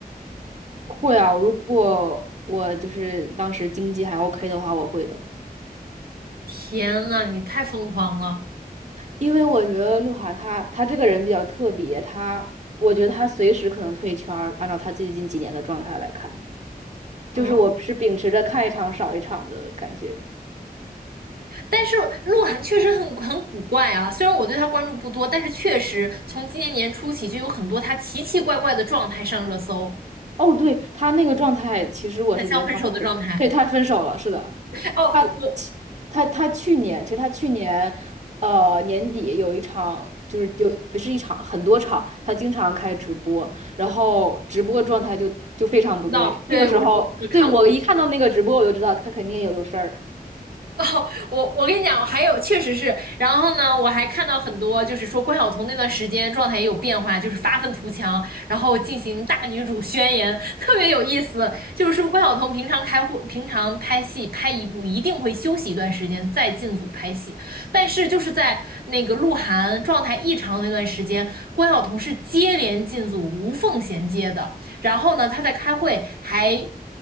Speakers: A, on the right; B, on the right.
A: <laughs> 会啊，如果我就是当时经济还 OK 的话，我会的。
B: 天呐，你太疯狂了！
A: 因为我觉得鹿晗他他这个人比较特别，他我觉得他随时可能退圈儿按照他最近几年的状态来看，
B: 啊！
A: 就是我是秉持着看一场少一场的感觉。
B: 但是鹿晗确实很很古怪啊，虽然我对他关注不多，但是确实从今年年初起就有很多他奇奇怪怪的状态上热搜，
A: 哦，对，他那个状态，其实我是觉得他是，
B: 很像分手的状态。
A: 对，他分手了，是的，
B: 哦，
A: 他
B: 我
A: 他他去年，其实他去年，呃，年底有一场，就是就不是一场，很多场，他经常开直播，然后直播状态就就非常不对。
B: 我知道，对，
A: 那个时候，
B: 我我看过，
A: 对，我一看到那个直播，我就知道他肯定有有事儿。
B: <laughs> 哦，我我跟你讲，我还有确实是，然后呢，我还看到很多，就是说关晓彤那段时间状态也有变化，就是发愤图强，然后进行大女主宣言，特别有意思。就是说关晓彤平常开会，平常拍戏拍一部一定会休息一段时间再进组拍戏，但是就是在那个鹿晗状态异常那段时间，关晓彤是接连进组无缝衔接的。然后呢，他在开会还。